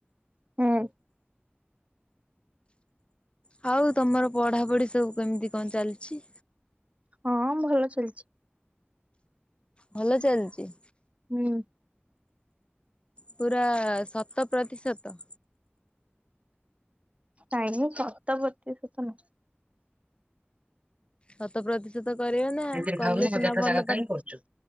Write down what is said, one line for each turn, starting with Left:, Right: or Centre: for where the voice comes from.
Right: ହୁଁ।
Left: ହଉ ତମର ପଢ଼ାପଢ଼ି ସବୁ କେମିତି କଣ ଚାଲିଛି?
Right: ହଁ ଭଲ ଚାଲିଛି।
Left: ଭଲ ଚାଲିଛି?
Right: ହୁଁ।
Left: ପୁରା ଶତ ପ୍ରତିଶତ।
Right: ନାଇଁ ନାଇଁ ଶତ ପ୍ରତିଶତ ନୁହଁ।
Left: ଶତ ପ୍ରତିଶତ କରିବ ନା
Right: ସେଥିରେ
Left: କଲେ
Right: ଖାଉନୁ
Left: ସିନା
Right: ହଜାର ଟା
Left: ଭଲ
Right: ଜାଗା
Left: ପାଠ
Right: କାଇଁ କରୁଛୁ?